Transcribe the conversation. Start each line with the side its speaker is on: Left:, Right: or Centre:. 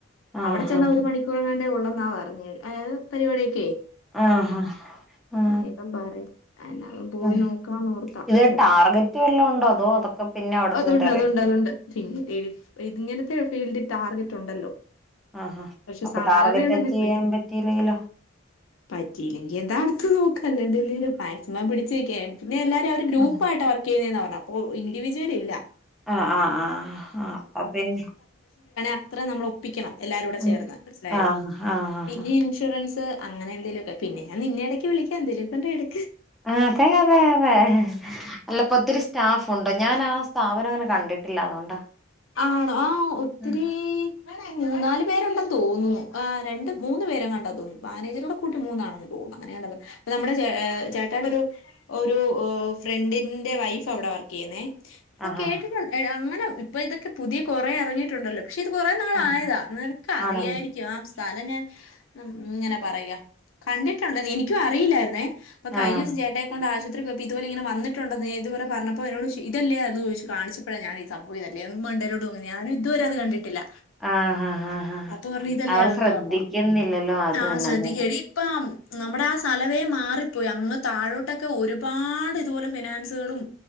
Centre: ആഹ്
Left: അവിടെ ചെന്ന ഒരു മണിക്കൂറങ്ങാണ്ടേ ഒള്ള ന്നാ പറഞ്ഞെ അയായത് പരിപാടിയെക്കെ
Centre: ആഹ് ആഹ്
Left: <unintelligible> എന്നാണെലും പോയി
Centre: ഉം
Left: നോക്കാന്നോർത്താ
Centre: ഇത്
Left: സെറ്റാ
Centre: ടാർഗറ്റ് വല്ലോം ഉണ്ടോ അതോ അതൊക്കെ പിന്നെ അവിടെ
Left: അതൊണ്ട്
Centre: ചെന്നിട്ട് അറിയ
Left: അതൊണ്ട് അതൊണ്ട് പിന്നെ ഇല്ലേടി ഇതിങ്ങനത്തെ ഫീൽഡി ടാർഗറ്റ് ഒണ്ടല്ലോ
Centre: ആഹ്
Left: പക്ഷേ
Centre: അപ്പൊ
Left: സാലറി
Centre: ടാർഗറ്റ്
Left: ഒണ്ടങ്കി
Centre: അച്ചീവ്
Left: <unintelligible>
Centre: ചെയ്യാൻ പറ്റിയില്ലെങ്കിലോ
Left: പറ്റില്ലെങ്കി എന്താ അടുത്ത് നോക്കാ അല്ലാണ്ട് <unintelligible> മാക്സിമം പിടിച്ച് നിക്കാൻ പിന്നെ എല്ലാരും അവര് ഗ്രൂപ്പായിട്ടാ
Centre: ആഹ്
Left: വർക്ക് ചെയ്യുന്നെന്നാ പറഞ്ഞെ അപ്പോ ഇൻഡിവിജ്വൽ ഇല്ല
Centre: ആഹ് ആഹ് ആഹ് ആഹ് അപ്പ പിന്നെ
Left: അത്രേം നമ്മള് ഒ പ്പിക്കണം എല്ലാരുടെ
Centre: ഉം
Left: ചേർന്ന് മനസ്സിലായോ
Centre: ആഹ് ആഹ് ആഹ്
Left: പിന്നെ ഇൻഷുറൻസ് അങ്ങനെ എന്തേലുവെക്കെ പിന്നെ ഞാൻ നിന്നെ എടക്ക് വിളിക്കാം എന്തേലുവേക്കെ ഒണ്ടേ എടു
Centre: ആഹ് അതെ അതെ അതെ അല്ലപ്പോ ഒത്തിരി സ്റ്റാഫ് ഒണ്ടോ ഞാനാ സ്ഥാപനങ്ങനെ കണ്ടിട്ടില്ല അതുകൊണ്ടാ
Left: ആണോ ആ ഒത്തിരി
Centre: ഉം
Left: മൂന്നാല് പേരുണ്ടെന്ന് തോന്നുന്നു ആ രണ്ട് മൂന്ന് പേരെങ്ങാണ്ടാന്ന് തോന്നുന്നു. മാനേജറ് <unintelligible> കൂട്ടി മൂന്നാണെന്ന് തോന്നുന്നു അങ്ങനെയാണത് നമ്മുടെ ചേട്ടായിയുടെ ഒരു ഒരു ഫ്രണ്ടിന്റെ വൈഫ് അവിടാ വർക്ക് ചെയ്യുന്നേ ആ
Centre: ആഹ്
Left: കേട്ടിട്ടുണ്ട്
Centre: ആഹ്
Left: അങ്ങനെ അപ്പം ഇതൊക്കെ പുതിയ കുറേ ഇറങ്ങിയിട്ടുണ്ടല്ലോ പക്ഷേ ഇത് കുറേനാളായതാ
Centre: ആഹ്
Left: നിനക്കറിയായിരിക്കും
Centre: ആണല്ലേ
Left: ആ സ്ഥലം ഞാൻ എങ്ങനെ പറയാ കണ്ടിട്ടുണ്ട് അത് എനിക്കും അറിയില്ലായിരുന്നേ അപ്പൊ കഴിഞ്ഞദിവസം
Centre: ആഹ്
Left: ചേട്ടായിയെക്കൊണ്ട് ആ ഇത്ര പേർക്ക് ഇതുപോല ഇങ്ങനെ വന്നിട്ടുണ്ടെന്ന് ഇതുപോലെ പറഞ്ഞപ്പോ എന്നോട് ചോദിച്ച് ഇതല്ലേ അതെന്ന് ചോദിച്ച് കാണിച്ചപ്പോളാ ഞാനീ സംഭവം ഇതെ എന്നും മണ്ടേലോട്ട് നോക്കും ഞാനിതുവരെ അത് അത് കണ്ടിട്ടില്ല
Centre: ആഹ് ആഹ് ആഹ്
Left: അപ്പോ പറഞ്ഞു ഇതല്ലേ
Centre: നമ്മള്
Left: അതെന്ന്
Centre: ശ്രദ്ധിക്കുന്നില്ലല്ലോ
Left: പറഞ്ഞു
Centre: അത്
Left: ആ
Centre: തന്നെ
Left: ശ്രദ്ധിക്ക്
Centre: അത് തന്നെ
Left: എടീ ഇപ്പം നമ്മുടെ ആ സ്ഥലവേ മാറിപ്പോയി അങ്ങ് താഴോട്ടൊക്കെ ഒരുപാട് ഇതുപോലെ ഫിനാൻസുകളും